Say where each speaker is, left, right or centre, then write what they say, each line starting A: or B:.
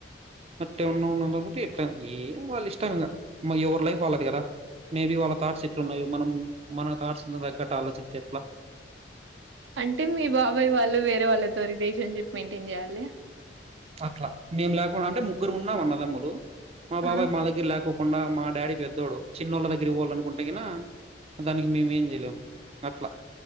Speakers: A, on the right; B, on the right.
A: అంటే ఉన్న ఉన్న ఎ ఏం వాళ్ళు ఇష్టం ఇంకా ఎవరు లైఫ్ వాళ్ళది కదా మేబి వాళ్ళ థాట్స్ ఎట్లు ఉన్నాయో మనం మన థాట్స్ తగ్గట్ ఆలోచితే ఎట్లా
B: అంటే మీ బాబాయ్ వాళ్ళు వేరే వాళ్ళతో రిలేషన్షిప్ మెయింటైన్ చేయాలి
A: అట్లా మేము లేకుండా అంటే ముగ్గురు ఉన్నాం అన్నదములు మా బాబాయ్
B: ఆ
A: మా దగ్గర లేకుడా కాకుండా మా డాడీ పెద్దోడు చిన్నోళ్ళ దగ్గర పోవాల అనుకుంటే కనా దానికి మేము ఏం చేయలేము అట్లా